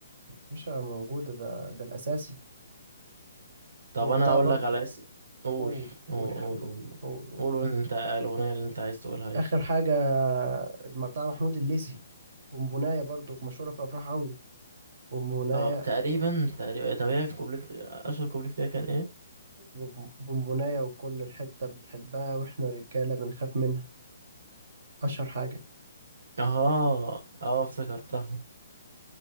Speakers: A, on the right; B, on the right.
A: باشا موجودة ده ده الأساسي
B: طب
A: وبتاع
B: انا هقول
A: برضو
B: لك على اسم قول
A: قول
B: قول
A: قول يا حبيبي
B: قول قول
A: قول قول
B: قول قول انت الاغنيه اللي انت عايز تقولها ايه
A: آخر حاجة آه، بتاع محمود الليثي بونبوناية برضو مشهورة في الأفراح أوي بونبوناية
B: اه تقريبا تقريبا طب هي الكوبليه بت... اشهر كوبليه فيها كان ايه
A: بوم- بونبوناية وكل الحتة بتحبها وإحنا رجالة بنخاف منها أشهر حاجة
B: اه اه افتكرتها